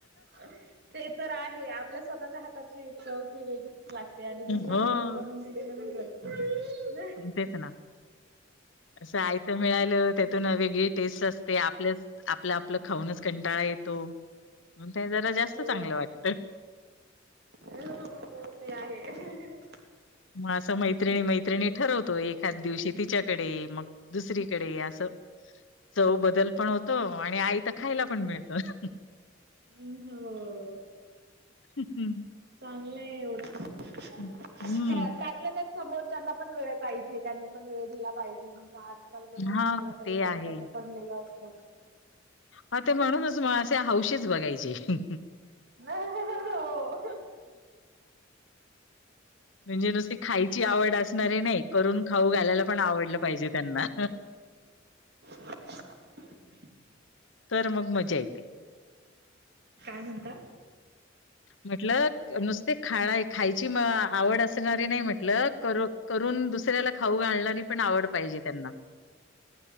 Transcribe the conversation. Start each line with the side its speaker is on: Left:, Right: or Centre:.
Right: - <unintelligible> ते तर आहेच आपल्या स्वतःच्या हाताची चव ते वेगळीच लागते. ते आणि दुसर्यांनी
Left: हो
Right: बनवून दिलेलं वेगळंच व मअमी. -
Left: तेच नां <inaudible> असं हाय. - ते मिळालं त्यातूनते वेगळी टेस्ट असते, आपलं आपलं खाऊनच कंटाळा येतो. मग ते जरा जास्तचं
Right: हो
Left: चांगलं वाटत.
Right: हो हो हो ते आहे हहहहं.
Left: मग असं मैत्रिणी मैत्रिणी ठरवतो, एखाद्या दिवशी तिच्याकडे मगं दुसरीकडे असंअं - चव बदलं पण होतो. आणि आयत खायला पण मिळतं. -
Right: हम्ं हमं होवं.
Left: ह्ं हम्मं. -
Right: चांगलंय एवढं <unintelligible>
Left: हं.
Right: आपल्या त्यात. - समोरच्यांना पण वेळ पाहिजे, त्यांनी पण वेळ दिला पाहिजे मग आजं. - ल कस
Left: हां,
Right: ज्याला त
Left: ते
Right: त्याच
Left: आहे.
Right: त्याचं पडलेलं असतं
Left: ह ते म्हणूनच मला असे हौशीच बघायचे ह
Right: हो.
Left: म्हणजे नुसती खायची आवड असणारे नाही करून खाऊ घालायला पण आवडलं पाहिजे त्यांना
Right: <inaudible>
Left: तर मग मजा येते
Right: काय म्हणता
Left: म्हटल नुसते खा खायची आवड असणारी नाही म्हटल कर करून दुसऱ्याला खाऊ घालणारी पण आवड पाहिजे त्यांना